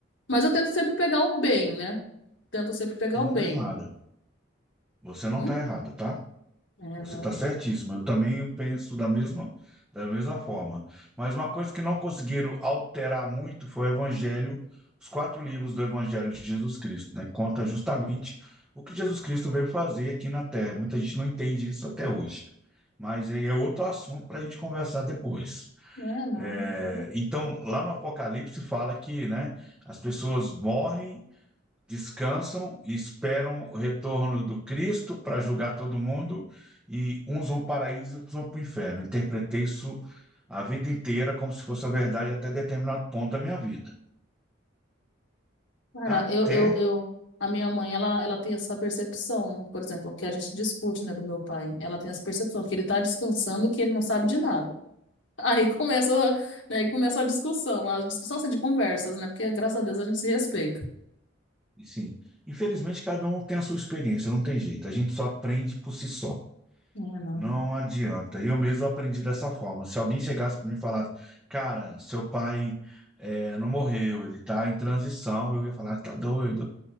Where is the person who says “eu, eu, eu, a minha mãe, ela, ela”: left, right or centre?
Left